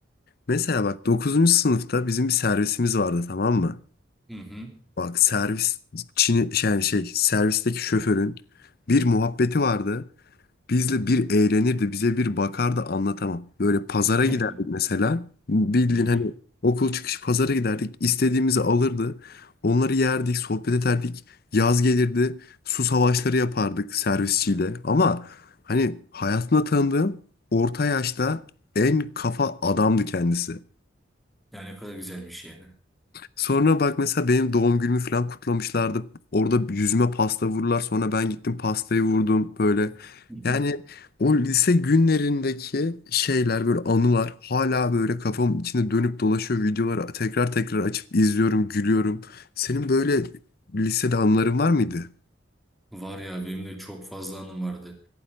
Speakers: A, on the left; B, in the centre.
A: mesela bak dokuzuncu sınıfta bizim bir servisimiz vardı tamam mı?
B: Hı hı.
A: Bak servis Çin, yani şey servisteki şoförün bir muhabbeti vardı. Bizle bir eğlenirdi, bize bir bakardı anlatamam. Böyle pazara
B: <laughs>
A: giderdik mesela. Bildiğin
B: Hı hı.
A: hani okul çıkışı pazara giderdik. istediğimizi alırdı. Onları yerdik, sohbet ederdik. Yaz gelirdi, su savaşları yapardık servisçiyle. Ama hani hayatımda tanıdığım orta yaşta en kafa adamdı kendisi.
B: Ya ne kadar güzelmiş yani.
A: Sonra bak mesela benim doğum günümü falan kutlamışlardı. Orada yüzüme pasta vururlar. Sonra ben gittim pastayı vurdum böyle.
B: <laughs> Hı hı.
A: Yani o lise günlerindeki şeyler böyle anılar hala böyle kafamın içinde dönüp dolaşıyor. Videoları tekrar tekrar açıp izliyorum, gülüyorum. Senin böyle lisede anıların var mıydı?
B: Var ya benim de çok fazla anım vardı.